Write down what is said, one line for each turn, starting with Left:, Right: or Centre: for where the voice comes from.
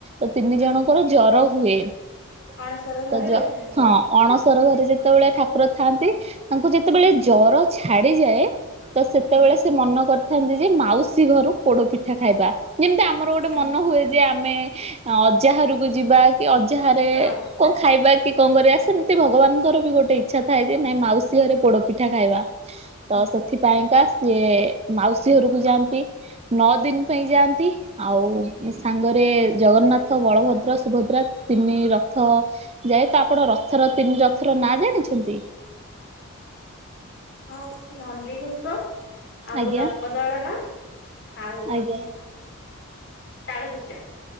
Right: ଏ ତିନି
Left: ହଁ
Right: ଜଣଙ୍କର ଜର ହୁଏ। ସେ
Left: ଅଣସର ଘରେ
Right: ଯ
Left: ରହିଥାନ୍ତି
Right: <unintelligible> ହଁ। ଅଣସର ଘରେ ଯେତେବେଳେ ଠାକୁର ଥାଆନ୍ତି ତାଙ୍କୁ ଯେତେବେଳେ ଜର ଛାଡିଯାଏ। ତ ସେତେବେଳେ
Left: ହୁଁ
Right: ସେ ମନେ କରିଥାନ୍ତି ଯେ ମାଉସୀ ଘରୁ ପୋଡ ପିଠା ଖାଇବା ଯେମିତି ଆମର ଆମର ଗୋଟେ
Left: ହୁଁ
Right: ମନ ହୁଏ ଯେ ଆମେ ଅଜା ଘର କୁ ଯିବା। କି ଅଜା ଘରେ ରେ
Left: ହଁ
Right: କଣ ଖାଇବା କି କଣ କରିବା ସେମିତି ଭଗବାନଙ୍କର ବି ଗୋଟେ ଇଚ୍ଛା ଥାଏ ଯେ ନାଇଁ ମାଉସୀ ଘରେ ପୋଡପିଠା ଖାଇବା।
Left: ହୁଁ
Right: ତ ସେଥିପାଇଁକା ସିଏ ମାଉସୀ ଘରକୁ ଯାଆନ୍ତି ନଅ ଦିନ ପାଇଁ ଯାଆନ୍ତି। ଆଉ ସାଙ୍ଗରେ ଜଗନ୍ନାଥ ବଳଭଦ୍ର ସୁଭଦ୍ରା ତିନି ରଥ ଯାଏ ତ ଆପଣ ରଥର ତିନି ରଥର ନା ଜାଣିଛନ୍ତି।
Left: ହଁ ନନ୍ଦିଘୋଷ ଆଉ
Right: ଆଜ୍ଞା
Left: ଦର୍ପଦଳନ ଆଉ
Right: ଆଜ୍ଞା
Left: ତାଳଧ୍ୱଜ।